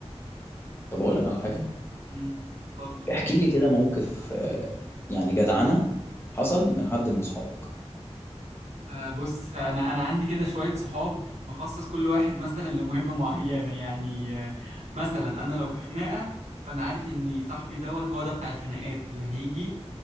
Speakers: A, on the left; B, on the right.
A: طب اقول لك على حاجه
B: امم اتفضل
A: احكي لي كده موقف آه، يعني جدعنه حصل من حد من اصحابك
B: آه بص انا انا عندي كده شويه صحاب مخصص كل واحد مثلا لمهمه <laughs> معينه يعني آه مثلا انا لو في خناقه فانا عارف ان صاحبي دوت هو ده بتاع الخناقات اللي هيجي